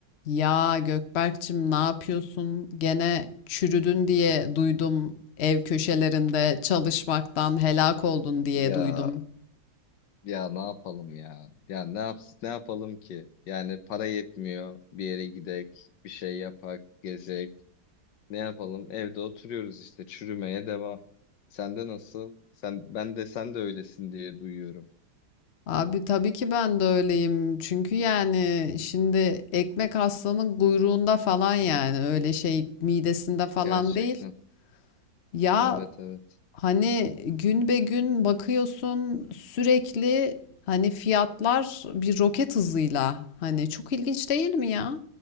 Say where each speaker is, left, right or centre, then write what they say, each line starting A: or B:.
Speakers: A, on the left; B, on the left.
A: Ya Gökberk'cim ne yapıyorsun? Gene çürüdün diye duydum. Ev köşelerinde çalışmaktan helak oldun diye
B: Ya
A: duydum.
B: ya ne yapalım ya? Ya ne yaps ne yapalım ki? Yani para yetmiyor. Bir yere gidek, bir şey yapak, gezek. Ne yapalım? Evde oturuyoruz işte çürümeye devam. Sende nasıl? Sen ben de sen de öylesin diye duyuyorum.
A: Abi tabii ki ben de öyleyim. Çünkü yani şimdi ekmek aslanın kuyruğunda falan yani öyle şey midesinde falan
B: Gerçekten.
A: değil. Ya
B: Evet evet.
A: Hani gün be gün bakıyorsun sürekli hani fiyatlar bir roket hızıyla hani çok ilginç değil mi ya?